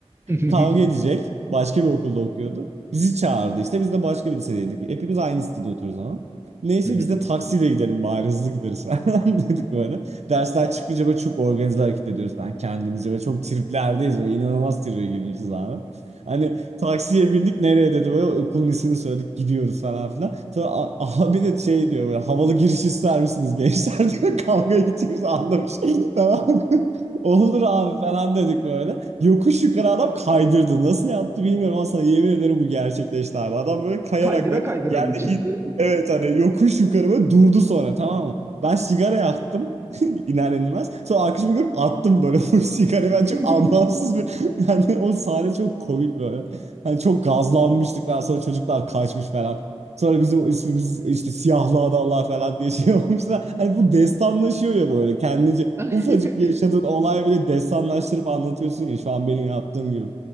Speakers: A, on the right; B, on the right.
A: Hı hı.
B: Kavga
A: <laughs>
B: edecek. Başka bir okulda okuyordu. Bizi çağırdı işte. Biz de başka bir lisedeydik. Hepimiz aynı sitede oturuyoruz ama. Neyse
A: Hı hı.
B: biz de taksiyle gidelim bari hızlı gideriz <laughs> falan dedik böyle. Dersler çıkınca böyle çok organize hareket ediyoruz falan kendimizce. Böyle çok triplerdeyiz böyle inanılmaz tribe girmişiz abi. Hani taksiye bindik nereye dedi böyle okulun ismini söyledik gidiyoruz falan filan. Sonra a- abi de şey diyor böyle havalı giriş ister misiniz gençler <laughs> diyor kavga edeceğiz anlamış. <laughs> Tamam mı? Olur abi falan dedik böyle. Yokuş yukarı adam kaydırdı. Nasıl yaptı bilmiyorum ama sana yemin ederim bu gerçekleşti abi. Adam böyle kayarak
A: kaydıra
B: böyle
A: kaydıra
B: yerdeki,
A: mı çıktı?
B: evet hani yokuş yukarı böyle durdu sonra tamam mı? Ben sigara yaktım <laughs> iner inmez. Sonra arkadaşımı görüp attım böyle <laughs> full sigarayı. Ben
A: <laughs>
B: çok anlamsız bir <laughs> yani o sahne çok komik böyle. Hani çok gazlanmıştık ben sonra çocuklar kaçmış falan. Sonra bizim ismimiz işte siyahlı adamlar falan diye şey <laughs> olmuşlar. Hani bu destanlaşıyor ya böyle kendince.
A: <laughs>
B: Ufacık bir yaşadığın olay bile destanlaştırıp anlatıyorsun ya şu an benim yaptığım gibi.